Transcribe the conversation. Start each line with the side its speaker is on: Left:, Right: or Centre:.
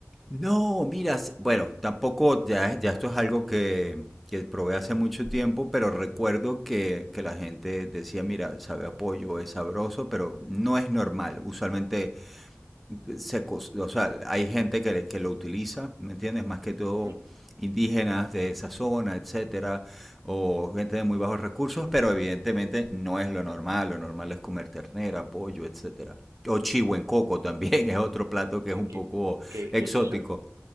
Centre: No, miras, bueno, tampoco, ya, ya esto es algo que, que probé hace mucho tiempo, pero recuerdo que, que la gente decía, mira, sabe a pollo, es sabroso, pero no es normal. Usualmente se, co- o sea, hay gente que, que lo utiliza, ¿me entiendes? Más que todo
Right: ¿Mm?
Centre: indígenas de esa zona, etcétera, o gente de muy bajos recursos, pero evidentemente no es lo normal. Lo normal es comer ternera, pollo, etcétera. O chivo en coco también <laughs> es otro plato que es
Right: Sí,
Centre: un
Right: ¿Qué,
Centre: poco
Right: qué,
Centre: exótico.
Right: qué es eso?